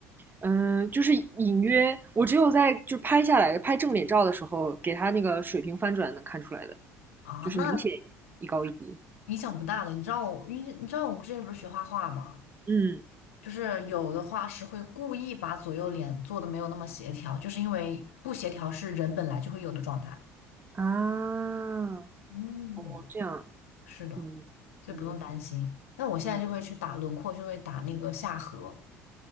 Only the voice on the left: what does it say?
啊？
那影响不大的。你知道我，你你知道我们之前不是学画画吗？
就是有的画师会故意把左右脸做的没有那么协调，就是因为不协调是人本来就会有的状态。
嗯，
是的，
所以不用担心。但我现在就会去打轮廓，
就会打那个下颌。